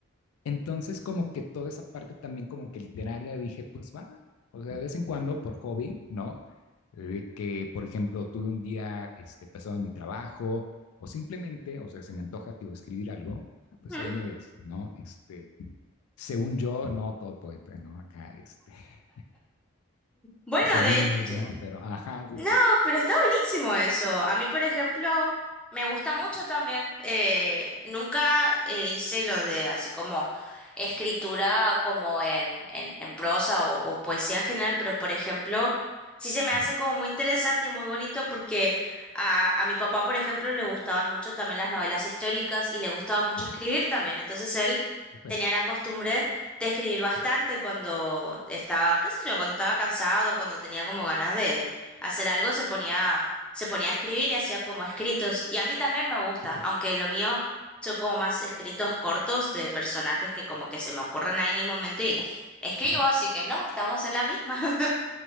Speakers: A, on the left; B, in the centre.
A: Entonces, como que toda esa parte también como que literaria, dije, pues va, o sea, de vez en cuando por hobby, ¿no? De que, por ejemplo, tuve un día este, pesado en mi trabajo o simplemente, o sea, se me antoja, tío, escribir algo, ah, pues
B: ujú.
A: ahí me ves, ¿no? Este, según yo, no todo poeta, ¿no? Acá, este, <laughs>
B: Bueno,
A: no Sabines,
B: de hecho.
A: ¿no? Pero, ajá, sí,
B: No,
A: sí.
B: pero está buenísimo eso. A mí, por ejemplo, me gusta mucho también. eh, nunca eh, hice lo de así como escritura como en, en, en prosa o, o poesía en general, pero por ejemplo, sí se me hace
A: Ujú,
B: como muy interesante y muy bonito porque a, a mi papá, por ejemplo, le gustaban mucho también las novelas históricas y le gustaba mucho
A: ujú,
B: escribir también. Entonces él
A: Súper,
B: tenía la costumbre de escribir bastante cuando estaba, qué sé yo, cuando estaba cansado, cuando tenía como ganas de hacer algo, se ponía, se ponía a escribir y hacía como escritos. Y a mí también me gusta,
A: súper,
B: aunque lo mío son como más escritos cortos de personajes que como que se me ocurren ahí en el momento y escribo,
A: ajá.
B: así que no, estamos en la misma. <laughs>